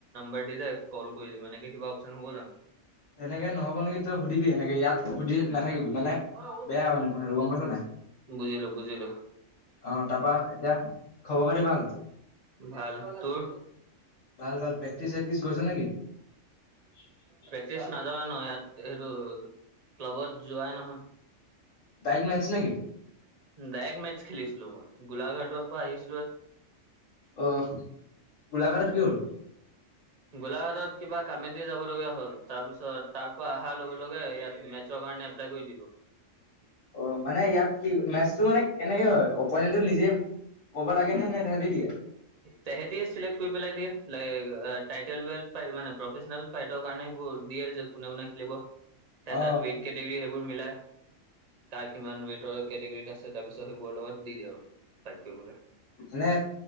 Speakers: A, on the right (about 40°); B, on the left (about 75°).
A: বি <unintelligible> কল কৰি দি মানে কিবা অপশ্যন হব জানো
B: এনেকে নহ'ব নেকি তই সুধিবি এনেকে ইয়াত সুধি নাথাকিবি মানে
A: অ
B: বেয়া মানে কথাটো গম পাইছ নাই
A: বুজিলো বুজিলো
B: অ তাৰপা এতিয়া খবৰ খাতি ভাল
A: ভাল তোৰ
B: ভাল ভাল প্ৰেক্টিচ চেক্টিচ কৰিছ নেকি
A: তেজ নাযাই ন ইয়াত এইটো ক্লাবত যোৱাই নহয়
B: ডাইৰেক্ট মেটচ নেকি
A: ডাযেক মেচ খেলিছিলো মই গোলাঘাটৰ পৰা আহিছিলো
B: আহ গোলাঘাটত কি হ'ল
A: গোলাঘাটত কিবা কামেদি যাব লগীয়া হ'ল তাৰ পিছত তাৰ পৰা অহাৰ লগে লগে ইয়াত মেচৰ কাৰণে এপ্লাই কৰি দিলো
B: অ মানে ইয়াত কি মেচটো মানে কেনেকে হয় অপনেণ্টো নিজে ক'ব লাগে নে নে তহঁতি দিয়ে
A: তাহতিয়ে সেলেক কৰি পেলাই দিয়ে। টাইটেল মানে প্ৰফেচনেল ফাইটৰ কাৰণে এইবোৰ দিয়ে যে কোনে কোনে খেলিব তাত
B: অ
A: ৱেইট কেটেগৰী সেইবোৰ মিলাই কাৰ কিমান ৱেইটৰ কেটেগৰীত আছে তাৰপিছত সেইবোৰৰ লগত দি দিয়ে আৰু ফাইট কৰিবলৈ
B: মানে